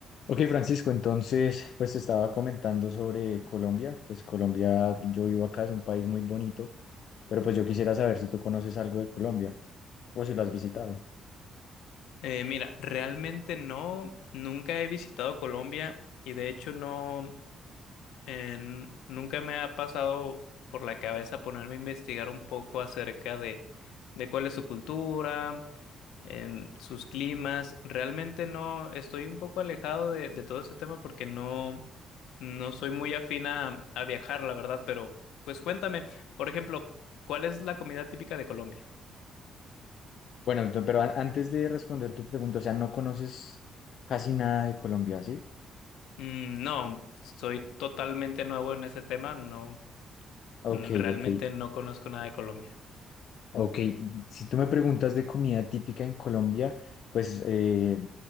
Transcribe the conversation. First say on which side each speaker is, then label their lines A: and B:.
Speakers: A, on the left; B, on the left.
A: Ok, Francisco, entonces, pues te estaba comentando sobre Colombia. Pues Colombia, yo vivo acá, es un país muy bonito, pero pues yo quisiera saber si tú conoces algo de Colombia o si lo has visitado.
B: Eh, mira, realmente no, nunca he visitado Colombia y de hecho no, en- nunca me ha pasado por la cabeza ponerme a investigar un poco acerca de, de cuál es su cultura, em, sus climas. Realmente no, estoy un poco alejado de, de todo ese tema porque no, no soy muy afín a, a viajar, la verdad, pero pues cuéntame, por ejemplo, ¿cuál es la comida típica de Colombia?
A: Bueno, ento- pero an- antes de responder tu pregunta, o sea, no conoces casi nada de Colombia, ¿sí?
B: Mm, No, soy totalmente nuevo en ese tema, no,
A: Ok,
B: mm, realmente
A: ok,
B: no conozco nada de Colombia.
A: ok. Si tú me preguntas de comida típica en Colombia, pues eh,